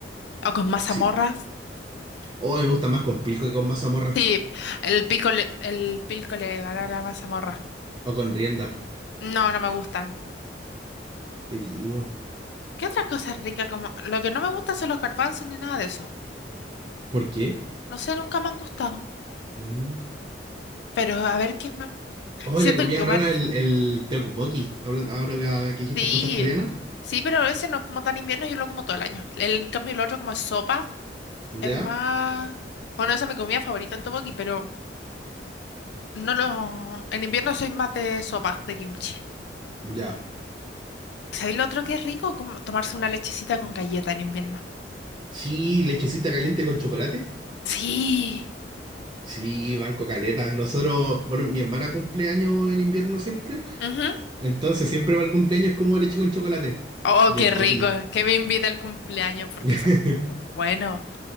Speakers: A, on the left; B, on the right.
A: O con mazamorra.
B: Sí. Oh, me gusta más con pilco que con mazamorra.
A: Sí, el pico le, el pico le gana a la mazamorra.
B: O con rienda.
A: No, no me gustan.
B: ¿Qué digo?
A: ¿Qué otras cosas ricas como? Lo que no me gustan son los garbanzos ni nada de eso.
B: ¿Por qué?
A: No sé, nunca me han gustado.
B: Mm.
A: Pero a ver qué más.
B: Oh,
A: Siento
B: y de comida
A: que comer.
B: rara el, el tteokbokki. Hablan- Ahora que, que dijiste
A: Sí,
B: cosas coreanas.
A: sí, pero ese no es como tan invierno, yo lo como todo el año. El, en cambio, el otro como es sopa,
B: ¿Ya?
A: es más. Bueno, esa es mi comida favorita, el tteokbokki, pero no lo. En invierno soy más de sopa, de kimchi.
B: Ya.
A: ¿Sabéis lo otro que es rico? Como tomarse una lechecita con galleta en invierno.
B: Sí, lechecita caliente con chocolate.
A: Sí.
B: Sí, banco caleta. Nosotros, bueno, mi hermana cumpleaños en invierno siempre.
A: Ujú.
B: Entonces siempre va al cumpleaños como leche con chocolate.
A: Oh,
B: Y
A: qué
B: es goti.
A: rico. Que me invita al cumpleaños porque
B: <laughs>
A: son muy buenos.